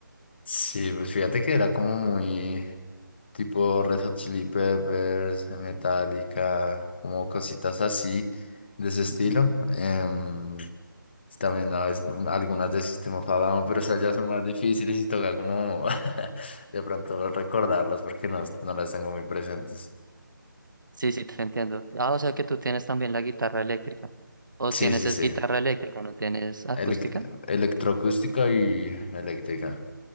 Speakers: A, on the left; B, on the right.
A: Sí, pues fíjate que era como muy tipo Red Hot Chili Peppers, Metallica, como cositas así de ese estilo.
B: Ujú.
A: Em, también a veces, un- algunas de System of a Down, pero esas ya son más difíciles y toca como <laughs> de pronto recordarlas porque no, no las tengo muy presentes.
B: Sí, sí, te entiendo. Ah, o sea que tú tienes también la guitarra eléctrica. O
A: Sí,
B: tienes
A: sí,
B: es
A: sí.
B: guitarra eléctrica, no tienes acústica.
A: Elec- electroacústica y eléctrica.